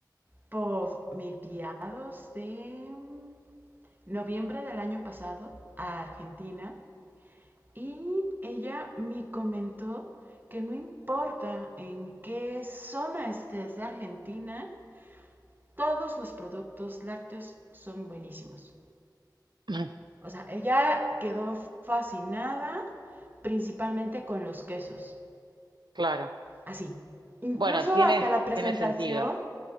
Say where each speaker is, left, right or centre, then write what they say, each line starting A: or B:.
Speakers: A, on the right; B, on the right.
A: por mediados de mm, noviembre del año pasado a Argentina Y ella me comentó que no importa en qué zona estés de Argentina, todos los productos lácteos son buenísimos.
B: <clears throat>
A: O sea, ella quedó fascinada principalmente con los quesos.
B: Claro.
A: Así. Incluso
B: Bueno, tiene,
A: hasta la presentación.
B: tiene sentido.